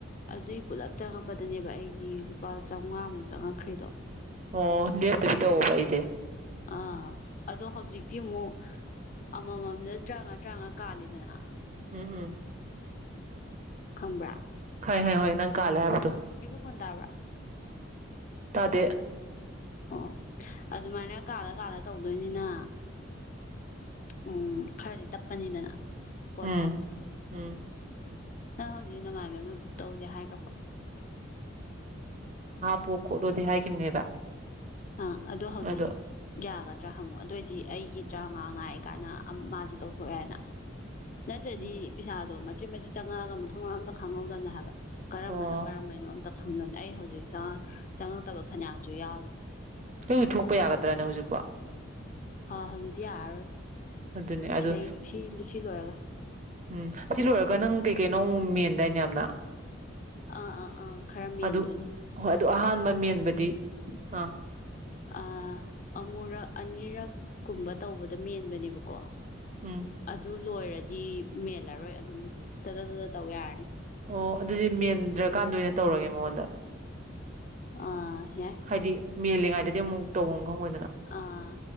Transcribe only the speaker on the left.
ꯑꯗꯨꯏ ꯄꯨꯂꯞ ꯆꯪꯉꯛꯄꯗꯅꯦꯕ ꯑꯩꯒꯤ ꯂꯨꯄꯥ ꯆꯥꯃꯉꯥꯃꯨꯛ ꯆꯪꯉꯛꯈ꯭ꯦꯗꯣ
ꯑꯥ ꯑꯗꯣ ꯍꯧꯖꯤꯛꯇꯤ ꯑꯃꯨꯛ ꯑꯃꯃꯝꯗ ꯇꯔꯥꯃꯉꯥ ꯇꯔꯥꯃꯉꯥ ꯀꯥꯜꯂꯤꯗꯅ
ꯈꯪꯕ꯭ꯔꯥ
ꯍꯟ ꯇꯕ꯭ꯔꯥ
ꯑꯣ ꯑꯗꯨꯃꯥꯏꯅ ꯀꯥꯜꯂ ꯀꯥꯜꯂ ꯇꯧꯗꯣꯏꯅꯤꯅ ꯎꯝ ꯈꯔꯗꯤ ꯇꯞꯄꯅꯤꯗꯅ ꯄꯣꯠꯇꯣ
ꯅꯪ ꯍꯧꯖꯤꯛ ꯅꯃꯥꯏꯕ ꯑꯃ ꯑꯗꯨ ꯇꯧꯁꯦ ꯍꯥ ꯏꯈ꯭ꯔꯕ
ꯑꯥ ꯑꯣ ꯍꯧꯖꯤꯛ
ꯌꯥꯒꯗ꯭ꯔꯥ ꯍꯪꯉꯨ ꯑꯗꯨꯑꯣꯏꯗꯤ ꯑꯩꯒꯤ ꯇꯔꯥꯃꯉꯥ ꯉꯥꯏ ꯀꯥꯏꯅ ꯃꯥꯁꯨ ꯇꯧꯊꯣꯛꯦ ꯍꯥꯏꯅ ꯅꯠꯇ꯭ꯔꯗꯤ
ꯄꯩꯁꯥꯗꯣ ꯃꯆꯦꯠ ꯃꯆꯦꯠ ꯆꯪꯉꯛꯑꯒ ꯃꯊꯣꯡ ꯃꯔꯝꯇ ꯈꯪꯍꯧꯗꯕꯅ ꯍꯥꯏꯕ ꯀꯔꯝꯕꯅꯣ
ꯀꯔꯝꯕꯅꯣ ꯑꯝꯇ ꯈꯪꯗꯅꯤ ꯑꯩ ꯍꯧꯖꯤꯛ ꯆꯪꯉꯛꯇꯕ ꯐꯅꯌꯥꯝꯁꯨ ꯌꯥꯎꯔꯤ
ꯍ ꯍꯧꯖꯤꯛꯇꯤ ꯌꯥꯔꯔꯣꯏ
ꯁꯤꯗꯩ ꯁꯤ ꯁꯤ ꯂꯣꯏꯔꯒ
ꯑꯥ ꯑꯥ ꯑꯥ ꯈꯔ ꯃꯦꯟꯗꯣꯏꯅꯦ
ꯑ ꯑꯃꯨꯔꯛ ꯑꯅꯤꯔꯛ ꯀꯨꯝꯕ ꯇꯧꯕꯗ ꯃꯦꯟꯕꯅꯦꯕꯀꯣ
ꯑꯗꯨ ꯂꯣꯏꯔꯗꯤ ꯃꯦꯜꯂꯔꯣꯏ ꯑꯗꯨꯝ ꯇꯇ ꯇꯠꯇ ꯇꯧ ꯌꯥꯔꯅꯤ
ꯑꯥ ꯌꯥꯏ
ꯑꯥ